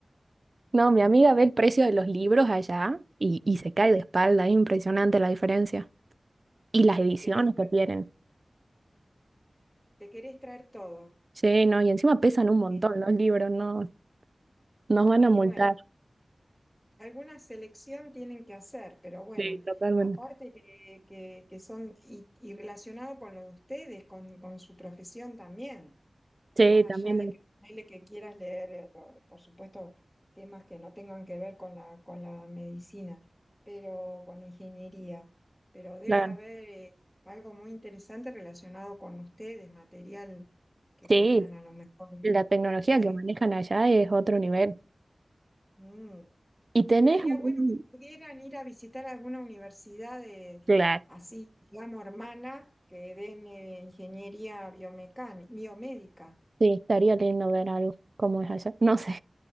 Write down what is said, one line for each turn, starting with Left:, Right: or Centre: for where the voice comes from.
Right: No, mi amiga ve el precio de los libros allá y, y se cae de espalda, es impresionante la diferencia. Y las ediciones
Centre: te querés, tra-
Right: que tienen.
Centre: te querés traer todo.
Right: Sí, no, y encima pesan un montón
Centre: Sí.
Right: los libros, no, nos van a
Centre: Y
Right: multar.
Centre: bueno. Alguna selección tienen que hacer, pero bueno,
Right: Sí, totalmente.
Centre: aparte que, que- que son y, y relacionado con lo de ustedes, con, con su profesión también,
Right: Sí,
Centre: más allá
Right: también
Centre: de que, ponele que quieras leer, eh, por por supuesto, temas que no tengan que ver con la, con la medicina, pero con la ingeniería, pero debe
Right: la,
Centre: haber eh, algo muy interesante relacionado con ustedes, material que
Right: sí,
Centre: puedan a lo mejor
Right: la tecnología
Centre: ver.
Right: que manejan allá es otro nivel.
Centre: Mm.
Right: ¿Y tenés
Centre: Estaría
Right: algún,
Centre: bueno que pudieran ir a visitar alguna universidad de,
Right: claro,
Centre: así, digamos, hermana, que den eh, ingeniería biomecánica, biomédica.
Right: Sí, estaría lindo ver algo como es allá. No sé,